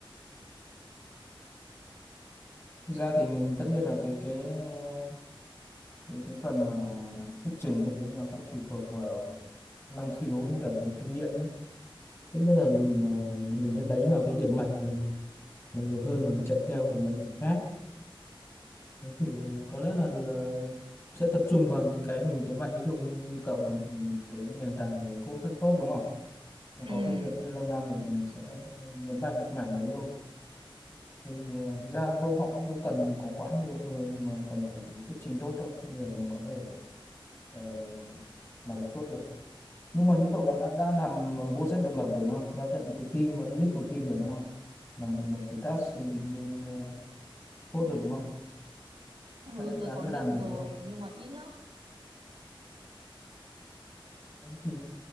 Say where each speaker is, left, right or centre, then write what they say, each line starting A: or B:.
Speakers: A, on the left; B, on the right.
A: Thực ra thì mình tất nhiên là cái cái ờ, cái, cái phần mà thuyết trình các thứ nó cũng tùy thuộc vào năng khiếu với cả cái kinh nghiệm đấy. Tất nhiên là ờ, mình sẽ đánh vào cái điểm mạnh của mình là nhiều hơn là mình chạy theo điểm mạnh người khác. Thế thì có lẽ là, là sẽ tập trung vào những cái mình thế mạnh ví dụ như, như cậu là cái nền tảng về code rất tốt đúng không? Nó
B: ừ
A: có kinh nghiệm rất lâu năm rồi thì mình sẽ nhấn mạnh được mảng đấy thôi. Thì, ờ, ra đâu họ đâu cần có quá nhiều người mà cần phải thuyết trình tốt đâu người mà có thể ờ, làm việc tốt được nhưng mà như cậu là đã đã làm ờ, vô sách độc lập rồi đúng không đã nhận một cái team mà đã lead một team rồi đúng không làm một, một cái task bên ờ, code rồi đúng không
B: ừ
A: đã nhận
B: tớ
A: dự án
B: có
A: về
B: nhận
A: làm rồi
B: rồi
A: đúng không
B: nhưng mà ít lắm
A: Đấy, thì